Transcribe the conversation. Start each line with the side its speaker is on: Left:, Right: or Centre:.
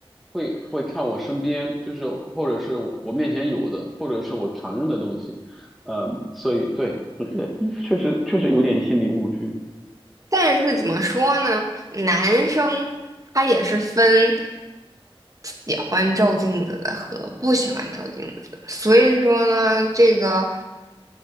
Centre: 会会看我身边，就是或者是我面前有的，或者是我常用的东西，嗯、所以对，确实确实有点心理误区。
Right: 但是怎么说呢，男生他也是分喜欢照镜子的和不喜欢照镜子的，所以说呢，这个